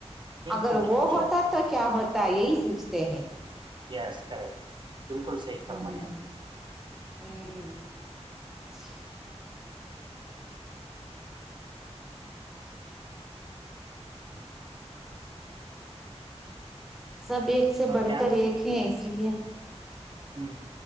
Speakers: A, on the right; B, in the centre.
A: بالکل
B: اگر وہ ہوتا
A: جو
B: تو کیا ہوتا یہی سوچتے ہیں
A: یس کا بالکل صحیح فرمائی
B: ہوں
A: آپ نے
B: ہوں
A: ہاں
B: سب ایک سے
A: اور
B: بڑھ
A: کیا
B: کر ایک ہیں اس لیے
A: ہوں